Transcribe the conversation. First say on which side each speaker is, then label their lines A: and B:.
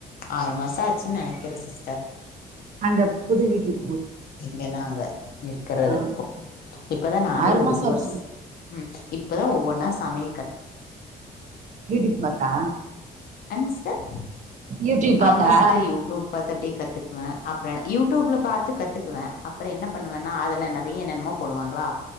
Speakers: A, on the left; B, on the right.
A: ஆறு மாச ஆச்சுன் நெனக்குறே சிஸ்டர்
B: அந்த புது வீட்டுக்
A: இங்க நாங்க இருக்குறதுப்போ
B: ஆ
A: இப்பதா நானே
B: ஆறு
A: ஒவ்வொர்ஸ்
B: மாசோ ஆச்சுல
A: உம் இப்பதா ஒவொன்னா சமை
B: வீட்டுக்கு பாத்தா
A: என்ன சிஸ்டர்
B: யூடியூப் பாத்தா
A: ஆம சிஸடர் யூடூப் பாத்து அப்டி கத்துக்குவே ஆப் ப்பே யூடுப்ல பாத்து கத் த்துக்குவே அப்புறோ என்ன பண்ணுவேன்னா அதுல நெறய என்னென்னமோ போடுவாங்ளா